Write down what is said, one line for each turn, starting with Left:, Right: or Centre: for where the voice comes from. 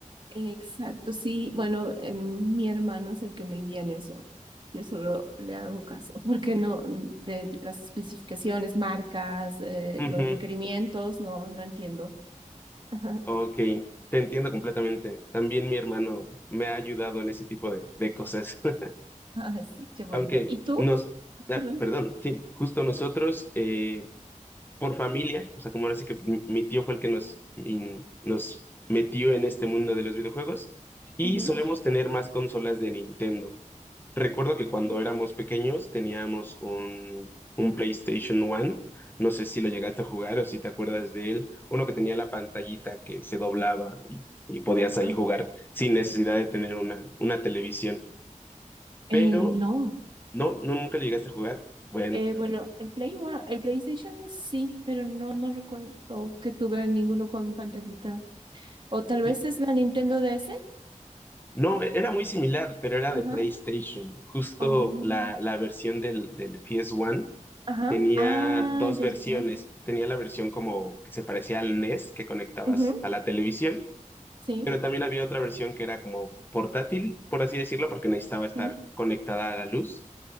Right: Exacto, sí. Bueno, em, mi hermano es el que me guía en eso. Yo solo le hago caso, <laughs> porque no, de las especificaciones, marcas, eh,
Left: Ujú.
Right: los requerimientos, no, no entiendo. <laughs>
Left: Ok, te entiendo completamente. También mi hermano me ha ayudado en ese tipo de, de cosas. <laughs>
Right: Así que bueno.
Left: Aunque
Right: ¿Y tú?
Left: nos, ah,
Right: Perdón.
Left: perdón, sí, justo nosotros eh, por familia, o sea, como ahora sí que mi mi tío fue el que nos, in- nos metió en este mundo de los videojuegos, y
Right: Ujú.
Left: solemos tener más consolas de Nintendo. Recuerdo
Right: Ok,
Left: que cuando éramos pequeños teníamos un, un PlayStation One, no sé si lo llegaste a jugar o si te acuerdas de él, uno que tenía la pantallita que se doblaba y, y
Right: Exacto.
Left: podías ahí jugar sin necesidad de tener una, una televisión. Pero,
Right: Eh, no.
Left: no, no, nunca lo llegaste a jugar. Bueno.
Right: Eh, bueno, el Play One- el PlayStation sí, pero no, no recuerdo que tuve ninguno con pantallita. O tal vez
Left: Sí,
Right: es la Nintendo DS.
Left: No, era muy similar, pero era
Right: Ajá.
Left: de PlayStation. Justo
Right: O-
Left: la, la versión del, del PS1
Right: ajá.
Left: tenía
Right: Ah,
Left: dos
Right: ya,
Left: versiones.
Right: ya, ya.
Left: Tenía la versión como que se parecía al NES que conectabas
Right: Ujú,
Left: a la televisión,
Right: Sí,
Left: pero también había otra versión que era como portátil, por así decirlo, porque necesitaba estar
Right: sí.
Left: conectada a la luz